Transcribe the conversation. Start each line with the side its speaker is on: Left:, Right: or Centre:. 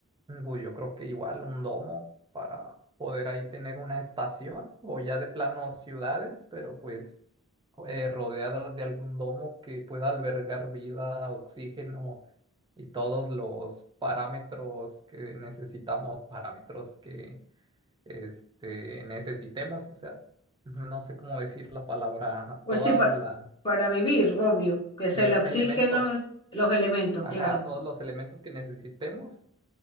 Right: Mm, Pues yo creo que igual un domo para poder ahí tener una estación o ya de plano ciudades, pero pues eh, rodeadas de algún domo que pueda albergar vida, oxígeno y todos los parámetros que necesitamos, parámetros que este, necesitemos, o sea. No sé cómo decir la palabra,
Left: Pues
Right: todas
Left: sí, pa-
Right: las
Left: para vivir, obvio, que es
Right: le-
Left: el oxígeno,
Right: elementos,
Left: los elementos,
Right: ajá,
Left: claro.
Right: todos los elementos que necesitemos.